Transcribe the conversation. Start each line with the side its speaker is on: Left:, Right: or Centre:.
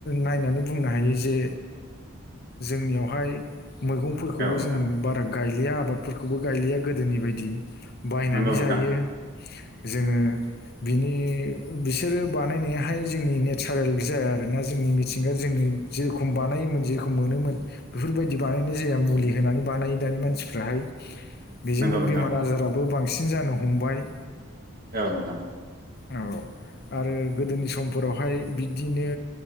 Left: नायनानै बुंनो हायो जे जोंनिआवहाय मैगंफोरखौबो
Right: औ नोंथां
Left: जोङो बारा गायलिया आबादफोरखौबो गायलिया गोदोनि बायदि बायनानै
Right: नंगौ नोंथां
Left: जायो जोङो बिनि बिसोरो बानायनायाहाय जोंनि नेचारेल जाया आरोना जोंनि मिथिंगाया जोंनि जेरखम बानायोमोन जेरखम मोनोमोन बेफोरबायदि बानायनाय जाया मुलि होनानै बानाय दानि मानसिफ्राहाय बेजोंनो
Right: नंगौ नोंथां
Left: बेमार आजाराबो बांसिन बांसिन जानो हमबाय।
Right: ओ नोंथां।
Left: औ आरो गोदोनि समफोरावहाय बिबदिनो